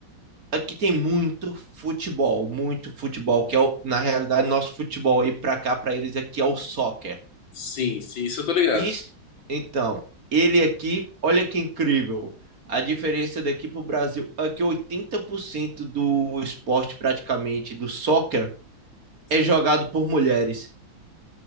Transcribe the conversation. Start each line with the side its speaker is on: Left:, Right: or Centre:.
Right: Aqui tem muito futebol, muito futebol, que é o, na realidade nosso futebol aí pra cá, pra eles aqui é o soccer.
Left: Sim, sim, isso eu tô ligado.
Right: Isso, então, ele aqui, olha que incrível. A diferença daqui para o Brasil é que 80% do esporte, praticamente, do soccer,
Left: Sim.
Right: é jogado por mulheres.